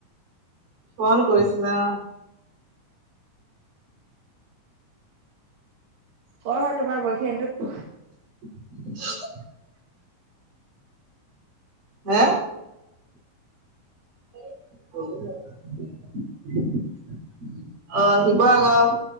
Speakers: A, on the right; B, on the right.
A: ফোন কৰিছিলা।
B: কৰ হয়, তোমাৰ বয় ফ্ৰেণ্ডটো।
A: <unintelligible> হা, অ', শিৱাগৰ।